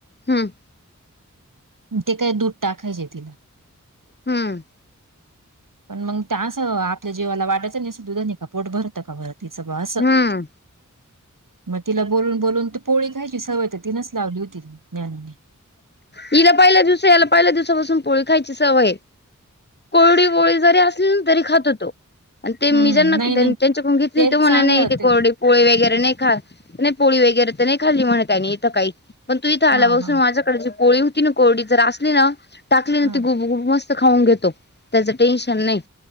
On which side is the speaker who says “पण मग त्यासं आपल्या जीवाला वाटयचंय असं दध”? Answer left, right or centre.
Right